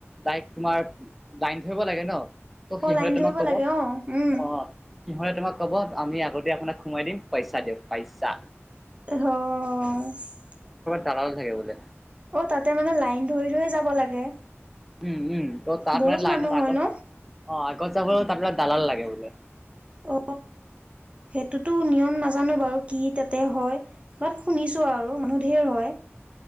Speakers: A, in the centre; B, on the right.
A: তাইক তোমাৰ লাইন ধৰিব লাগে ন। ত'
B: অ'
A: সিহঁতে
B: লাইন
A: তোমাক
B: ধৰিব
A: কব
B: লাগে অ' উম।
A: অ' সিহঁতে তোমাক কব আমি আগতেই আপোনাক সোমাই দিম। পইচা দিওঁ পইচা।
B: অহ,
A: দালালো থাকে বোলে।
B: অ' তাতে মানে লাইন ধৰি- ধৰি যাব লাগে।
A: উম-উম ত তাত
B: বহুত
A: মানে লাইনত
B: মানুহ
A: আগত
B: হয় ন?
A: অ' আগত চাবত আপোনাক দালান লাগে বোলে।
B: অ, সেইটোতো নিয়ম নাজানো বাৰু। কি তাতে হয় বাট শুনিছো আৰু মানুহ ধেই হয়।